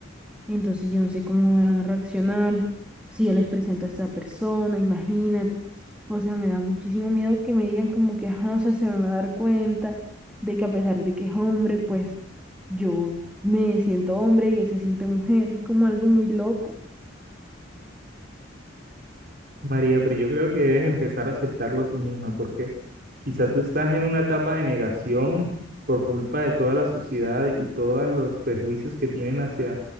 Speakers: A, in the centre; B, on the right (about 50°).
A: Entonces yo no sé cómo van a reaccionar si yo les presento a esta persona, imagínate. O sea, me da muchísimo miedo que me digan como que, ajá, o sea, se van a dar cuenta de que a pesar de que es hombre, pues yo me siento hombre y él se siente mujer. Es como algo muy loco.
B: María, pero yo creo que debes empezar a aceptarlo tú misma, porque quizá tú estás en una etapa de negación por culpa de toda la sociedad y todos los prejuicios que tienen hacia,